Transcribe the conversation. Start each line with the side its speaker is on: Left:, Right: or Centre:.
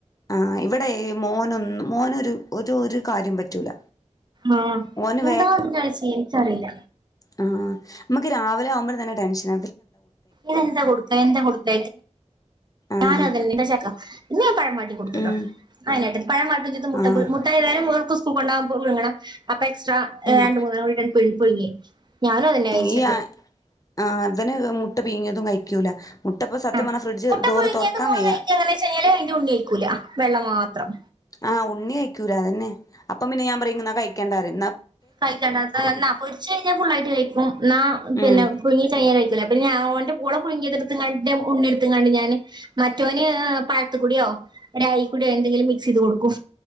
Left: ആ ഇവിടെ മോനൊന്നു മോനൊരു ഒരു ഒരു കാര്യം പറ്റൂല
Right: ആഹ
Left: ഓന്
Right: <unintelligible> ഇച്ചറീല
Left: ആ നമുക്ക് രാവിലെ ആവുമ്പോ തന്നെ ടെൻഷൻ
Right: ഇവനെന്താ കൊടുക്ക എന്താ കൊടുത്ത
Left: ആഹ്
Right: ഞാനെ ഇന്ന് ഞാൻ പഴ പാട്ടി കൊടുത്തട്ടോ
Left: ഉം
Right: അട്ട പഴമാട്ടി മു
Left: ആഹ്
Right: മുട്ടതാലും പൂണ്ടാകുമ്പോഴ ആപ്പ എ
Left: ഉം
Right: രണ്ട് മൂന്ന്‌ <unintelligible> പുഴുങ്ങി ഞാനും അതന്നെ കഴിച്ചത്
Left: ഈ ആ ആ അതെന്നെ മു മുട്ട പീഞ്ഞതും കഴിക്കൂല മുട്ടപ്പ സത്യമാണ്
Right: ആഹ്
Left: ഫ്രിഡ്ജ്
Right: മുട്ട
Left: ഡോറ്
Right: പുഴുങ്ങിയത്
Left: തുൊറക്കാൻ
Right: മോള്
Left: വയ്യ
Right: കഴിക്ക എങ്ങനെ വെച്ച് കഴിഞ്ഞാല് അതിന്റെ ഉണ്ണി കഴിക്കൂല വെള്ള മാത്രം
Left: ആ ഉണ്ണി അയ്ക്കൂലാ അത തന്നെ അപ്പൊ പിന്നേ ഞാപറയ് ന്നാ ക്കണ്ടാര്യ
Right: കഴിക്കണ്ടത്ത് പൊരിച്ച് കഴിഞ്ഞാൽ ഫുള്ളായിട്ട് കഴിക്കും എന്ന പിന്നെ
Left: ഉം
Right: പുഴുങ്ങി ചെയ്യാനൈകുല പിന്നാ ഓന്റെ ഓളെ പുഴുങ്ങേ ഉണ്ണിട്ത്ങ്ങാണ്ട് ഞാന് മറ്റൊന് പഴത്തുകൂടിയോ എടയിക്കൂടെ എന്തങ്കിലും മിക്സയ്ത് കൊടുക്കും.